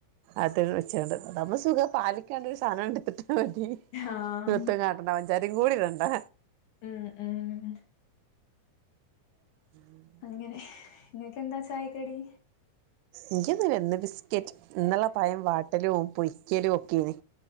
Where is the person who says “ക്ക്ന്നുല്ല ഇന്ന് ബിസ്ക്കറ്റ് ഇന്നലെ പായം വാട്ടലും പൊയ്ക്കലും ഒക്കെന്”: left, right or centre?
Right